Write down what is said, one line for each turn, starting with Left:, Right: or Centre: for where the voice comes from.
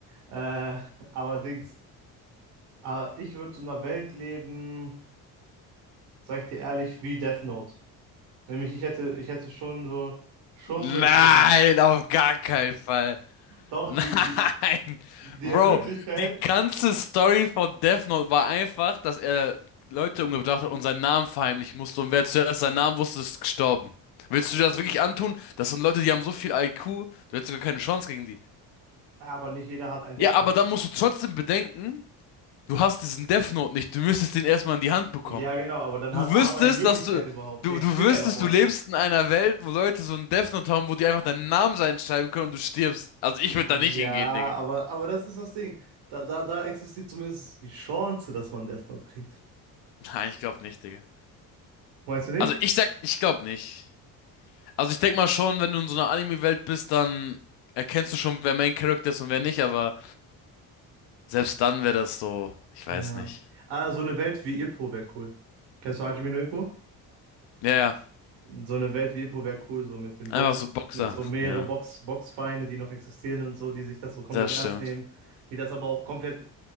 Right: äh, aber Dings, äh, ich würde in einer Welt leben, sag ich dir ehrlich, wie Death Note. Nämlich ich hätte, ich hätte schon so, schon
Left: Nein,
Right: so Interesse.
Left: auf gar keinen Fall.
Right: Doch,
Left: Nein,
Right: die, die, Die
Left: Bro,
Right: Möglichkeit,
Left: die ganze Story von Death Note war einfach, dass er Leute umgebracht hat und seinen Namen verheimlichen musste und wer zuerst seinen Namen wusste, ist gestorben. Willst du dir das wirklich antun? Das sind Leute, die haben so viel IQ, du hättest sogar keine Chance gegen die.
Right: aber nicht jeder hat ein
Left: Ja,
Right: Death
Left: aber
Right: Note.
Left: dann musst du trotzdem bedenken, du hast diesen Death Note nicht, du müsstest den erstmal in die Hand bekommen.
Right: Ja, genau, aber dann
Left: Du
Right: hat, hat
Left: wüsstest,
Right: man die Möglichkeit
Left: dass du,
Right: überhaupt.
Left: du,
Right: Die existiert
Left: du wüsstest,
Right: ja davor
Left: du lebst
Right: nicht.
Left: in einer Welt, wo Leute so einen Death Note haben, wo die einfach deinen Namen reinschreiben können und du stirbst. Also
Right: Ja,
Left: ich würde da nicht hingehen, Digga.
Right: aber, aber das ist das Ding. Da, da, da existiert zumindest die Chance, dass man Death Note kriegt.
Left: Nein, ich glaube nicht, Digga.
Right: Meinst du nicht?
Left: Also ich sag, ich glaube nicht. Also ich denk mal schon, wenn du in so einer Anime-Welt bist, dann erkennst du schon, wer Main Character ist und wer nicht, aber selbst dann wäre das so, ich weiß
Right: Ja.
Left: nicht.
Right: Ah, so eine Welt wie Ippo wäre cool. Kennst du Hajime no Ippo?
Left: Ja, ja,
Right: So eine Welt wie Epo wäre cool, so mit dem
Left: einfach
Right: Box,
Left: so Boxer.
Right: mit so mehrere
Left: Ja,
Right: Box, Boxvereine, die noch existieren und so, die sich das so komplett
Left: das
Right: ernst
Left: stimmt.
Right: nehmen, die das aber auch komplett